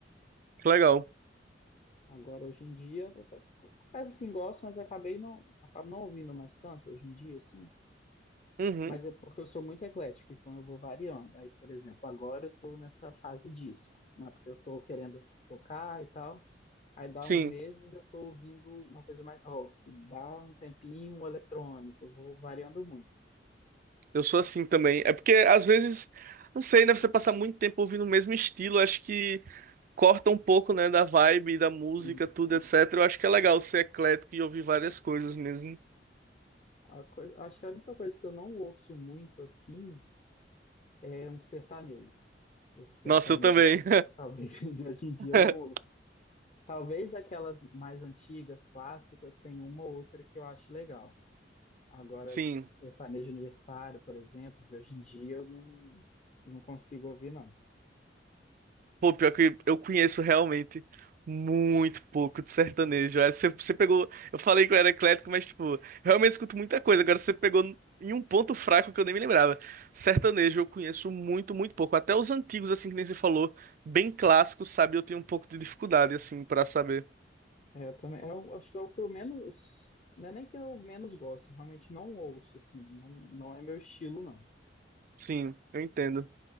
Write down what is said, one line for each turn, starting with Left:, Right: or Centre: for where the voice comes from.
Right: que legal.
Left: Agora, hoje em dia, eu até co- confesso assim, gosto, mas acabei não, acabo não ouvindo mais tanto hoje em dia, assim.
Right: Uhum,
Left: Mas é porque eu sou muito eclético, então eu vou variando. Aí, por exemplo, agora eu tô nessa fase disco, não é porque eu tô querendo tocar e tal. Aí dá
Right: sim,
Left: uns meses eu tô ouvindo uma coisa mais rock, dá um tempinho um eletrônico, eu vou variando muito.
Right: eu sou assim também. É porque às vezes, não sei, né? Você passar muito tempo ouvindo o mesmo estilo, acho que corta um pouco, né? Da vibe, da música,
Left: Sim,
Right: tudo, etc. Eu acho que é legal ser eclético e ouvir várias coisas mesmo.
Left: a coi- acho que a única coisa que eu não ouço muito assim é um sertanejo. Esse sertanejo,
Right: Nossa, eu também.
Left: talvez <laughs> de hoje em dia
Right: <laughs>
Left: eu não ouço. Talvez aquelas mais antigas, clássicas, tem uma ou outra que eu acho legal. Agora,
Right: Sim.
Left: sertanejo universitário, por exemplo, de hoje em dia eu não, não consigo ouvir, não.
Right: Pô, pior que eu conheço realmente muito pouco de sertanejo. Aí Você, você pegou. Eu falei que eu era eclético, mas, tipo, eu realmente escuto muita coisa. Agora você pegou em um ponto fraco que eu nem me lembrava. Sertanejo eu conheço muito, muito pouco. Até os antigos, assim, que nem você falou, bem clássicos, sabe? Eu tenho um pouco de dificuldade, assim, pra saber.
Left: É, eu também, É, eu acho que é o que eu menos, não é nem que eu menos gosto, eu realmente não ouço, assim, não, não é meu estilo, não.
Right: Sim, eu entendo.